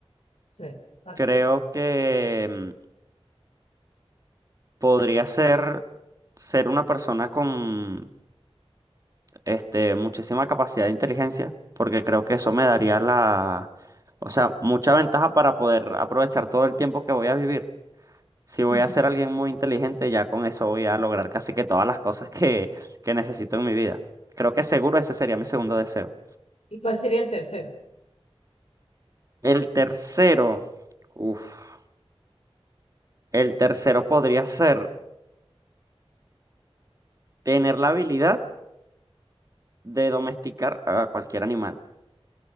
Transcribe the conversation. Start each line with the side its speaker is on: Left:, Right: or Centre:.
Left: Sí, ¿cuál
Right: creo
Left: sería?
Right: que mm, podría ser ser una persona con este, muchísima capacidad de inteligencia, porque creo que eso me daría la, o sea, mucha ventaja para poder aprovechar todo el tiempo que voy a vivir. Si voy
Left: Ujú.
Right: a ser alguien muy inteligente, ya con eso voy a lograr casi que todas las cosas que, que necesito en mi vida. Creo que seguro ese sería mi segundo deseo.
Left: ¿Y cuál sería el tercero?
Right: El tercero, uff, el tercero podría ser tener la habilidad de domesticar a cualquier animal.